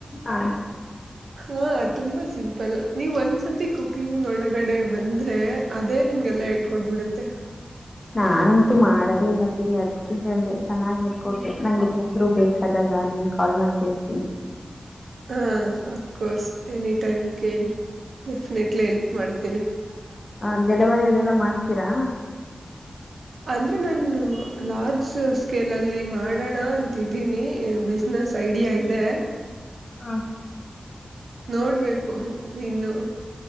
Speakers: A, on the left (about 35°); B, on the right (about 80°).
A: ಹಾ
B: ಹಾ ತುಂಬಾ ಸಿಂಪಲ್ ನೀವ್ ಒಂದ್ಸತಿ ಕುಕಿಂಗ್ ಒಳಗಡೆ ಬಂದ್ರೆ. ಅದೇ ನಿಮ್ಗೆಲ್ಲಾ ಹೇಳ್ಕೊಟ್ಬಿಡುತ್ತೆ.
A: ನಾನಂತೂ ಮಾಡದೇ ಇಲ್ಲ ಬಿಡಿ ಅದ್ಕ ಹೇಳ್ದೆ ಚೆನ್ನಾಗಿ ಹೇಳ್ಡ್ಕೊಟ್ರಿ ನಂಗೆ. ಹದ್ರು ಬೇಕಾದಾಗ ನಿಮ್ಗೆ ಕಾಲ್ ಮಾಡಿ ಕೇಳ್ತೀನಿ.
B: ಹಾ ಅಫ್ಕೋರ್ಸ್ ಎನಿ ಟೈಮ್ ಕೇಳಿ ಡೆಫಿನೆಟ್ಲಿ ಎಲ್ಪ್ ಮಾಡ್ತೀನಿ.
A: ಹ ಡೆಲವರಿ ಅದೆಲ್ಲ ಮಾಡ್ತೀರಾ.
B: ಅಂದ್ರೆ ನಾನು ಲಾರ್ಜ್ ಸ್ಕೇಲ್ ಅಲ್ಲಿ ಮಾಡೋಣ ಅ ತಿದ್ದೀನಿ ಬಿಸ್ನೆಸ್ ಐಡಿಯಾ ಇದೆ.
A: ಹಾ
B: ನೋಡ್ಬೇಕು ಇನ್ನು.